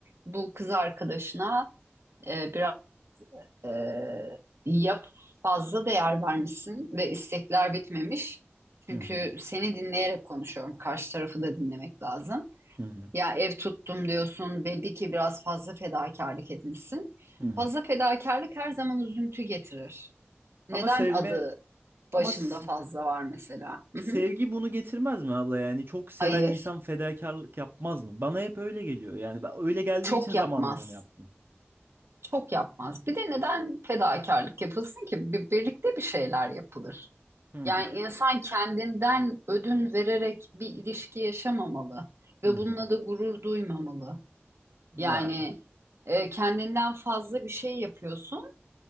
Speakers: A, on the right (about 85°); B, on the right (about 55°).
A: bu kız arkadaşına e, biraz ee, ya fazla değer vermişsin ve istekler bitmemiş. Çünkü
B: hı hı,
A: seni dinleyerek konuşuyorum. Karşı tarafı da dinlemek lazım.
B: hı hı,
A: Ya ev tuttum diyorsun. Belli ki biraz fazla fedakarlık etmişsin.
B: hı hı.
A: Fazla fedakarlık her zaman üzüntü getirir. Neden
B: Ama sevme
A: adı
B: ama
A: başında
B: s-
A: fazla var mesela? Hı
B: sevgi
A: hı.
B: bunu getirmez mi abla yani çok seven
A: Hayır.
B: insan fedakarlık yapmaz mı? Bana hep öyle geliyor yani ben öyle geldiği
A: Çok
B: için zamanında
A: yapmaz.
B: onu yaptım.
A: Çok yapmaz. Bir de neden fedakarlık yapılsın ki? Bir, birlikte bir şeyler yapılır.
B: Hı
A: Yani insan kendinden ödün vererek bir ilişki yaşamamalı ve
B: hı.
A: bununla da gurur duymamalı.
B: Ya
A: Yani e, kendinden fazla bir şey yapıyorsun